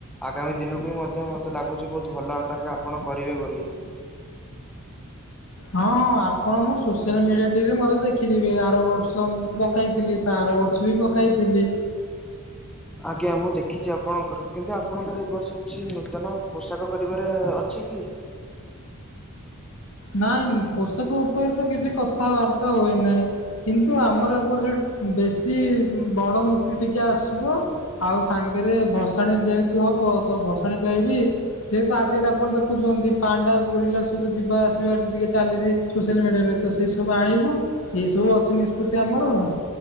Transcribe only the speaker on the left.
ହଁ- ହଁ ଆପଣ ମୁଁ ସୋସିଆଲ ମିଡିଆଟିରେ ମଧ୍ୟ ଦେଖିଥିବେ। ଆର ବର୍ଷ ପକାଇଥିଲି ତା ଆରବର୍ଷ ବି ପକାଇଥିଲି।
ନାଇଁ ପୋଷାକ ଉପରେ ତ କିଛି କଥାବାର୍ତ୍ତା ହୁଏ ନାହିଁ। କିନ୍ତୁ ଆମର ଏବର୍ଷ ବେଶୀ ବଡ଼ ମୂର୍ତ୍ତି ଟିକେ ଆସିବ। ଆଉ ସାଙ୍ଗରେ ଭସାଣୀ ଯେହେତୁ ହବ, ତ ଭସାଣୀ ପାଇଁ ବି ଯେହେତୁ ଆଜି କାଲି ଆପଣ ଦେଖୁଛନ୍ତି ପାଣ୍ଡା, ଗୋରିିଲା ସବୁ ଯିବା ଆ <unintelligible> ଟିକେ ଚାଲିଛି ସୋସିଆଲ ମିଡ଼ିଆରେ, ତ ସେ ସବୁ ଆଣିବୁ। ଏଇସବୁ ଅଛି ନିଷ୍ପତ୍ତି ଆମର।